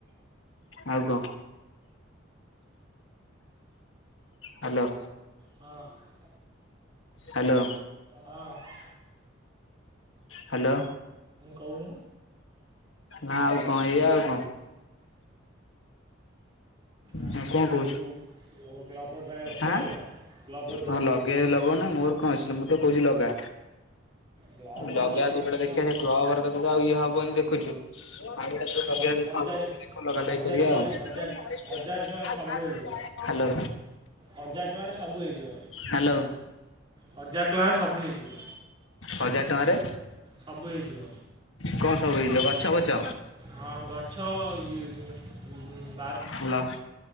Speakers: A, on the left; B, on the right.
A: ଆଉ କଣ? ହ୍ୟାଲୋ।
B: ହଁ
A: ହ୍ୟାଲୋ।
B: ହଁ
A: ହ୍ୟାଲୋ
B: କହୁନୁ
A: ନା ଆଉ କଣ ଏଇଆ ଆଉ କଣ।
B: ଆଉ
A: ହଁ କଣ କହୁଚୁ
B: ଯେଉଁ ଆଉ କ୍ଲବ୍ ଘର ପାଖରେ ଗଛ
A: ଆଁ
B: ଲଗେଇବା କ୍ଲବ୍ ଘର ପାଖରେ
A: ହଁ ଲଗେଇବା ଲଗାଉନା ମୋର କଣ ଅଛି ମୁଁ ତ କହୁଛି ଲଗା।
B: କ୍ଲବ୍ ଘରେ
A: ଲଗେଇବା
B: ଯଦି
A: କଉଠି ଗୋଟେ
B: ଖର୍ଚ୍ଚ
A: ଦେଖିବା ସେ କ୍ଲବ ଘରେ ବ୍ୟତିତ ଆଉ ଇଏ ହବନ ଦେଖୁଛୁ। ଆଉ ଏଟା
B: ହ-
A: ଲଗେଇବା ଦେଖ
B: ହଜାରେ
A: ଦେଖ ଲଗା
B: ହଜାରେ
A: ଲଗି କରିବା
B: ଟଙ୍କାରେ
A: ଆଉ।
B: ହଜାର
A: ହ୍ୟାଲୋ
B: ହଜାରେ ଟଙ୍କାରେ ସବୁ ହେଇଯିବ ହଜାର ଟଙ୍କାରେ ସବୁ ହେଇଯିବ
A: ହ୍ୟାଲୋ।
B: ହଜାର ଟଙ୍କାରେ ସବୁ ହେଇଯିବ
A: ହଜାରେ ଟଙ୍କାରେ।
B: ସବୁ ହେଇଯିବ
A: କଣ ସବୁ ହେଇଯିବ ଗଛପଛ।
B: ହଁ ଗଛ ଇଏ <unintelligible>
A: ହ୍ୟାଲୋ